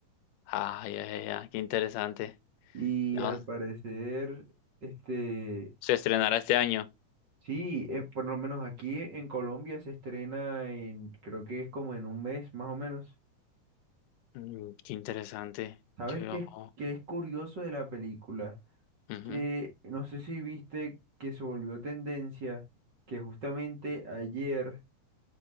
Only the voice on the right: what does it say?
Y
al parecer, este.
Sí, eh, por lo menos aquí en Colombia se estrena en, creo que es como en un mes más o menos.
¿Sabes
qué es, qué es curioso de la película?
Que no sé si viste que se volvió tendencia, que justamente ayer